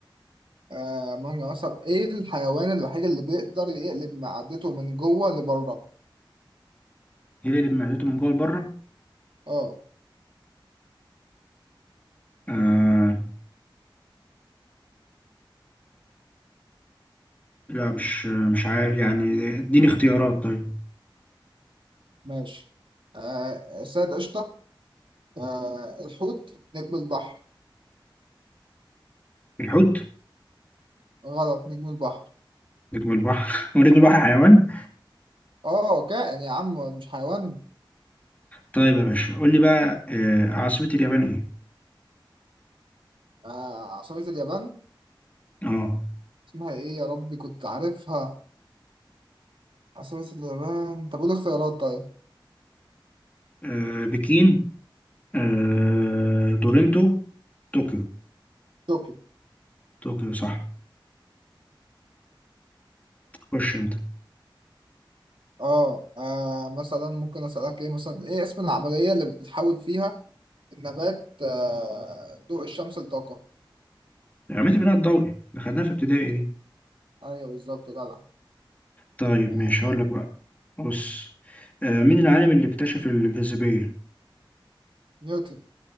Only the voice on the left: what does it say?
يقلب معدته من جوه لبره؟
آه لا مش مش عارف يعني اديني اختيارات طيب
الحوت
نجم البحر <laughs> هو نجم البحر حيوان؟
طيب يا باشا قول لي بقى آه عاصمة اليابان إيه؟
اه
آه، بكين آه، تورنتو طوكيو
طوكيو صح خش انت
عملت بناء الضوئي ده خدناها في ابتدائي دي
طيب
ماشي هقول لك بقى بص آه، مين العالم اللي اكتشف الجاذبية